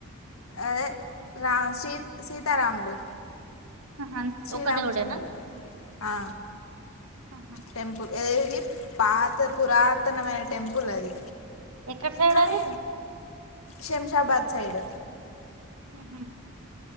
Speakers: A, on the left; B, on the right.
A: అదే రా సీ సీతారాములు
B: ఆహా
A: శ్రీరామచంద్ర
B: ఒక దేవుడేనా
A: ఆ
B: ఆహా.
A: టెంపుల్ ఏదే ఇది పాత పురాతనమైన టెంపుల్ అది
B: ఎక్కడ సైడ్
A: కానీ
B: అది
A: శంషాబాద్ సైడ్
B: ఉహు